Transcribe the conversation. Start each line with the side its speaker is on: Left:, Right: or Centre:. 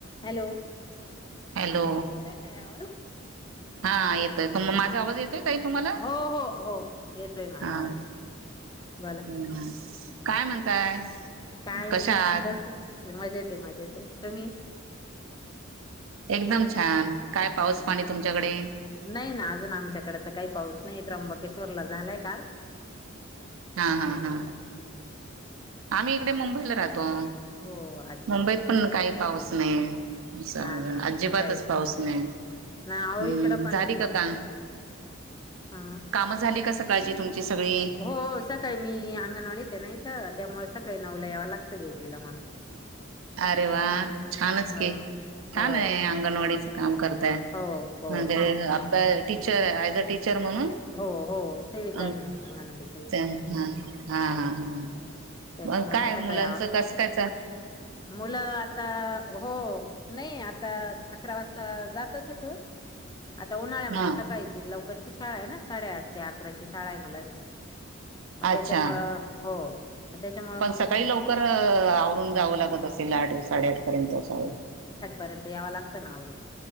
Left: Hello.
Right: Hello.
Left: येतोय ताई आवाज?
Right: हा येतय म माझा आवाज येत. एतय का तुम्हाला?
Left: हो हो हो येतोय मला
Right: हा
Left: आवाज येतो बोला
Right: हम्. काय म्हणताय?
Left: काय
Right: कशा
Left: नाही
Right: आहात
Left: बस, मजेत मजेत, तुम्ही?
Right: एकदम छान. काय पाऊस
Left: हम्
Right: पाणी तुमच्याकडे
Left: नाही ना अजून आमच्याकडे तर काही पाऊस. नाही त्र्यंबकेश्वर ला झालंय का?
Right: हा हा हा आम्ही इकडे मुंबईला राहतो.
Left: हो अच्छा
Right: मुंबईत पण काही पाऊस नाही, आणि मुसळ
Left: हा ना
Right: अजिबातच
Left: काहीच
Right: पाऊस नाही.
Left: ना अहो
Right: हम्म
Left: इकडं पण
Right: झाली
Left: नाही
Right: का काम?
Left: हा
Right: काम झाली का? सकाळची तुमची सगळी
Left: हो अस काय मी अंगनवाडीत हाय नाहीका. त्यामुळे सकाळी नवला यावं लागतं ड्युटीला मला.
Right: अरे वा
Left: हा
Right: छानच
Left: हो
Right: की छान
Left: हो
Right: आहे अंगणवाडीचं काम करत. आत्ता
Left: हो हो
Right: ते टीचर अ टीचर म्हणून
Left: हो हो सेविका
Right: अ
Left: आहे ना मी अंगणवाडी सेविका
Right: ह हा हा ह.
Left: त्याच्यामुळे
Right: म काय
Left: मग सकाळी
Right: मुलांचं
Left: आ
Right: कसं कायच?
Left: मुलं आता हो नाही आता अकरा वाजता जात सुटी आता उन्हाळ्यामुळे
Right: हा
Left: सकाळीची लवकर ची शाळा आहे ना साडेआठ ते अकराची शाळा आहे मुलाची. मग
Right: अच्छा
Left: त्याच्यामुळं हो. त्याच्यामुळं
Right: पण
Left: मग
Right: सकाळी लवकर आवरून जावं लागत असेल आठ साडेआठ पर्यंत असाव
Left: यंत यावं लागतं ना आवर